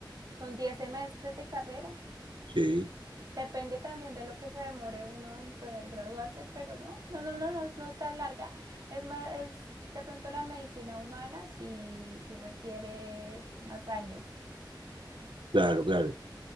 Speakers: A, on the right; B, on the right.
A: son 10 semestres de carrera.
B: sí,
A: Depende también de lo que se demore uno en poder graduarse, pero no, no, no, no, no, es no es tan larga. Es más, es de pronto la medicina humana sí, sí requiere más años.
B: claro, claro.